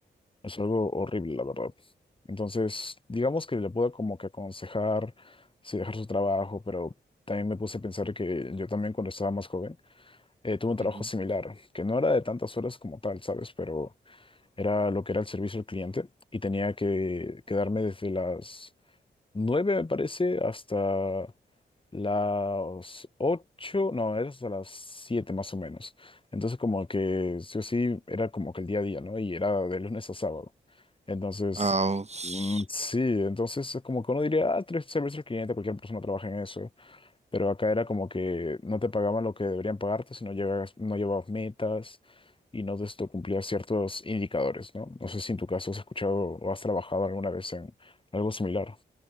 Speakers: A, on the left; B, on the right.
A: Es algo horrible, la verdad. Entonces, digamos que le puedo como que aconsejar si dejar su trabajo, pero también me puse a pensar que yo también cuando estaba más joven eh, tuve un trabajo
B: Ujú.
A: similar, que no era de tantas horas como tal, ¿sabes? Pero era lo que era el servicio al cliente y tenía que quedarme desde las nueve me parece hasta las ocho no, era hasta las 7 más o menos. Entonces como que sí o sí era como que el día a día, ¿no? Y era de lunes a sábado. Entonces,
B: Ah, us-
A: mm, sí, entonces es como que uno diría, ah, tres servicios al cliente, cualquier persona trabaja en eso. Pero acá era como que no te pagaban lo que deberían pagarte si no llegas, no llevabas metas y no esto cumplías ciertos indicadores, ¿no? No sé si en tu caso has escuchado o has trabajado alguna vez en algo similar.